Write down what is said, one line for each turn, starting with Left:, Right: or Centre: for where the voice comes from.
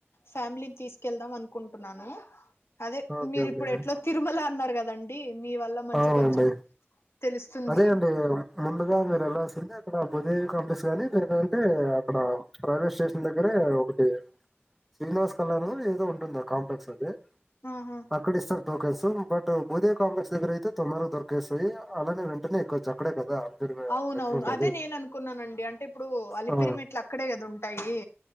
Left: ఫ్యామిలీ తీసుకెళ్దాం అనుకుంటున్నాను అదే
Centre: ఓకే
Left: మీరు
Centre: అండి
Left: ఇప్పుడు ఎట్లో తిరుమల అన్నారు కదా లండి మీ వల్ల మంచి
Centre: అవునండి
Left: కొంచెం తెలుస్తుంది
Centre: అదే అండి ముందుగా మీరలా అక్కడ భూదేవి కాంప్లెక్స్ గానీ లేనంటే అక్కడ రైవే స్టేషన్ దగ్గరే ఒకటి శ్రీనివాస్ కళ్యాణం ఏదో ఉంటుంది ఆ కాంప్లెక్స్ అది
Left: ఆహా
Centre: అక్కడ ఇస్తారు టోకెన్స్ బట్ బూదేవి కాంప్లెక్స్ దగ్గర అయితే తొందారగా దొర కేస్తాది అలాంటి వెంటనే ఎక్కచు అక్కడే కదా
Left: అవునవును
Centre: మెట్లు ఉండేది
Left: అదే నేను అనుకున్నానండి అంటే ఇప్పుడు అలిపిరిమెట్లు
Centre: ఆ
Left: అక్కడే కదా ఉంటాయి